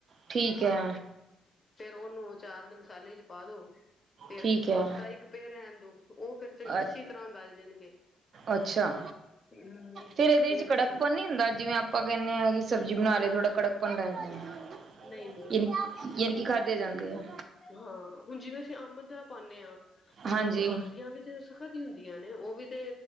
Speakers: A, on the right; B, on the left.
A: ਠੀਕ ਹੈ।
B: ਫਿਰ ਉਹਨੂੰ ਚਾਰ ਦੇ ਮਸਾਲੇ ਚ ਪਾ ਦੋ ਫਿਰ
A: ਠੀਕ ਹੈ
B: ਹਫ਼ਤਾ ਇੱਕ ਪੇਰ ਰਹਿਣ ਦੋ ਉਹ ਫਿਰ ਚੰ
A: ਅ
B: ਇਸੀ ਤਰ੍ਹਾਂ ਗੱਲ ਜਾਣਗੇ
A: ਅੱਛਾ
B: ਹਮ
A: ਫਿਰ ਇਹਦੇ
B: ਫੇਰ
A: ਚ ਕੜਕਪਣ
B: ਤੁਸੀਂ
A: ਨੀ ਹੁੰਦਾ ਜਿਵੇਂ ਆਪਾਂ ਕਹਿੰਦੇ ਹਾਂ ਕਿ ਸਬਜ਼ੀ ਬਣਾ
B: ਨਾ
A: ਲਏ
B: ਨਾ
A: ਥੋੜਾ ਕੜਕ ਭਣ ਲੈਂਦੇ ਆ
B: ਨਹੀਂ-ਨਹੀਂ
A: ਯ ਯਾਨ ਕਿ ਖਾਧੇ ਜਾਂਦੇ ਆ
B: ਹਾਂ ਹੁਣ ਜਿਵੇਂ ਅਸੀਂ ਅੰਬ ਦਾ ਪਾਉਦੇ ਹਾਂ
A: ਹਾਂਜੀ
B: ਅੰਬ ਅੰਬੀਆਂ ਵੀ ਤੇ ਸਖਤ ਇ ਹੁੰਦੀਆਂ ਨੇ ਉਹ ਵੀ ਤੇ